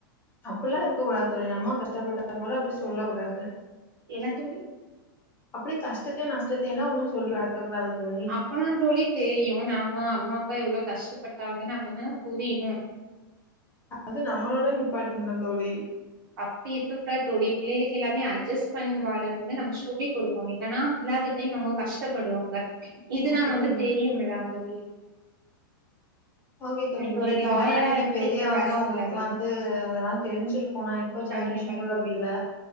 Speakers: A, on the left (about 15°); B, on the right (about 75°).
A: அப்டிலா இருக்ககூடாது தோழி நம்ம கஷ்டப்பட்டது போல அப்டி சொல்லக் கூடாது
B: என்ன தோழி
A: அப்டி கஷ்டத்தையு நஷ்டத்தையு எல்லா ஒன்னு சொல்லி வளத்தக் கூடாது தோழி
B: அப்பதா தோழி தெரியு நாம அம்மா அப்பா எவ்ளோ கஷ்டப்பட்டாங்கன்னு அப்பதான புரியு
A: அது நம்மளோட நிப்பாட்டிடனு தோழி
B: அப்டி இருக்க கூட தோழி பிள்ளைகளுக்கு எல்லாமே அச்ஜஸ்ட் பண்ணி வாழனுனு நாம சொல்லி குடுக்குணு இல்லன்னா இல்லாத டைம் அவங்க கஷ்டப்படுவாங்க இதுனா
A: ஓகே
B: வந்து
A: தோழி
B: தெரியும்லா தோழி
A: ஓகே தோழி
B: நீங்க
A: ஓகே
B: ஒரு லாயரா
A: என்ன விட நீங்க
B: இருந்துட்டு
A: பெரியவங்க
B: இப்டி பேசக்கூடாதுங்க
A: உங்களுக்கு வந்து அதெல்லா தெரிஞ்சிருக் போனா இப்ப ஜென்ரேஷன்
B: கண்டிப்பா
A: உள்ள
B: தோழி
A: பிள்ள